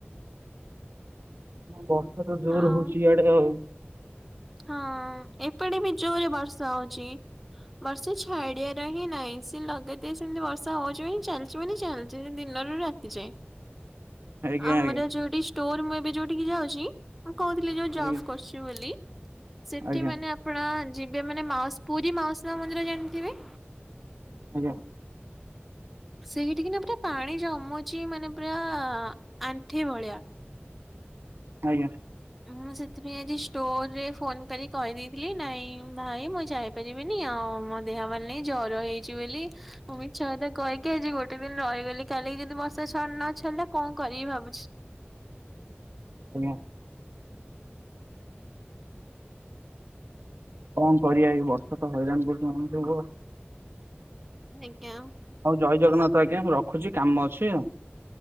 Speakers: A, on the right; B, in the centre.
A: ବର୍ଷା ତ ଜୋର
B: ଆଉ
A: ହଉଛି ଇଆଡେ ଆଉ।
B: ହଁ ଏପଟେ ବି ଜୋରେ ବର୍ଷା ହଉଚି। ବର୍ଷେ ଛାଡିବାର ହିଁ ନାଇଁ ସେ ଲଗା କେତେ ସେମ୍ତି ବର୍ଷା ହଉଚି <unintelligible> ଚାଲିଚି ମାନି ଚାଲିଚି ଦିନରୁ ରାତି ଯାଏଁ।
A: ଆଜ୍ଞା
B: ଆମର
A: ଆଜ୍ଞା
B: ଯୋଉଠି ଷ୍ଟୋର ମୁଁ ଏବେ ଯୋଉଠି କି ଯାଉଚି। ମୁଁ କହୁଥିଲି ଯୋଉ
A: ଆଜ୍ଞା
B: ଜଫ୍ କରୁଚି ବୋଲି। ସେଠି
A: ଆଜ୍ଞା
B: ମାନେ ଆପଣ ଯିବେ ମାନେ ମାଉସ୍ ପୁରୀ ମାଉସୀ ମା ମନ୍ଦିର ଜାଣିଥିବେ?
A: ଆଜ୍ଞା।
B: ସେଇଠିକିନା ପୁରା ପାଣି ଜମୁଚି ମାନେ ପୁରା ଆଣ୍ଠି ଭଳିଆ।
A: ଆଜ୍ଞା
B: ମୁଁ ସେଥିପାଇଁ ଆଜି ଷ୍ଟୋରରେ ଫୋନ କରି କହିଦେଇଥିଲି ନାଇଁ ଭାଇ ମୁଁ ଯାଇ ପାରିବିନି ଆଉ ମୋ ଦେହ ଭଲ ନାଇଁ ଜର ହେଇଛି ବୋଲି ମିଛ କଥା କହିକି ଆଜି ଗୋଟେ ଦିନ ରହିଗଲି କାଲି କି ଯଦି ବର୍ଷା ନ ଛଡ଼ିଲା କଣ କରିବି ଭାବୁଛି।
A: ଆଜ୍ଞା। କଣ କରିଆ ଏଇ ବର୍ଷା ତ ହଇରାଣ କରୁଛି ମଣିଷଙ୍କୁ।
B: ଆଜ୍ଞା
A: ହଉ ଜୟ ଜଗନ୍ନାଥ ଆଜ୍ଞା ମୁଁ ରଖୁଛି କାମ ଅଛି।